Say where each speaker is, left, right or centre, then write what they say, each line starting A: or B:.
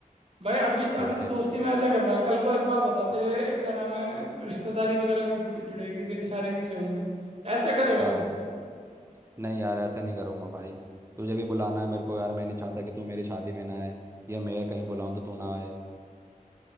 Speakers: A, on the right; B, on the right.
A: भाई अभी
B: ठीक
A: अभी तो
B: है
A: दोस्ती में ऐसे कर रहा है कल को एक बार बता तेरे क्या नाम है रिश्तेदारी वगैरह भी जुड़, जुड़ेगी तेरी सारी चीजें होंगी ऐसे करेगा
B: हाँ
A: तू
B: नहीं यार ऐसा नहीं करूंगा भाई तुझे भी बुलाना है मेरे को यार मैं नहीं चाहता कि तू मेरी शादी में ना आए या मैं कहीं बुलाऊं तो तू ना आए